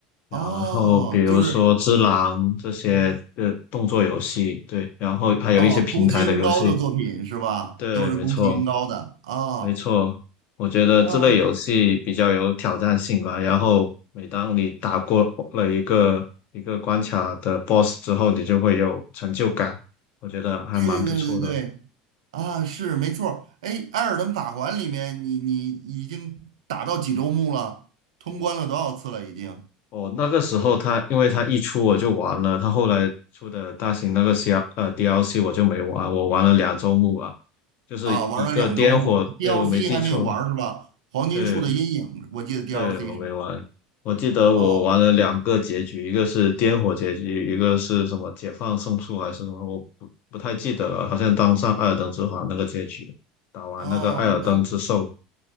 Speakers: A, on the left; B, on the right.
A: 然后比如说《只狼》这些呃动作游戏，
B: 哦，就是
A: 对，然后还有一些平台的游戏，
B: 哦，宫崎英高的作品是吧？
A: 对，
B: 都是宫崎英高的啊
A: 没错。没错，我觉得这类游戏比较有挑战性吧。
B: 啊，
A: 然后每当你打过了一个一个关卡的 BOSS 之后，你就会有成就感，我觉得还蛮不错的。
B: 对对对对对，啊是没错儿。哎，艾尔登法环里面你你已经打到几周目了？通关了多少次了已经？
A: 哦，那个时候它因为它一出我就玩了，它后来出的大型那个 C R 呃 DLC 我就没玩，我玩了两周目啊，就是一个颠火，
B: 啊，玩了两周目，DLC
A: 对，我没记错，
B: 还没有玩儿是吧？黄金树的阴影，
A: 对，
B: 我记得 DLC
A: 对，我没玩。
B: 是。
A: 我记得我玩了两个结局，
B: 哦
A: 一个是颠火结局，一个是什么解放圣树还是什么，我不不太记得了。好像当上艾尔登之皇那个结局，打完那个艾尔登之兽。
B: 哦，那